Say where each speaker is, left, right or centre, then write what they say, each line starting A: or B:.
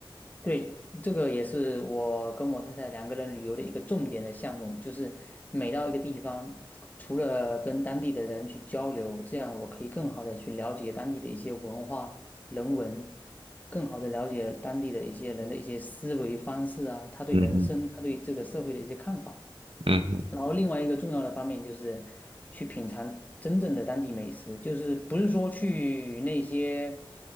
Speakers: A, on the left; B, on the right.
A: 对，这个也是我跟我太太两个人旅游的一个重点的项目，就是每到一个地方，除了跟当地的人去交流，这样我可以更好的去了解当地的一些文化、人文，更好的了解当地的一些人的一些思维方式啊，他对人生、
B: 嗯哼，
A: 他对这个社会的一些看法。
B: 嗯哼，
A: 然后另外一个重要的方面就是去品尝真正的当地美食，就是不是说去那些，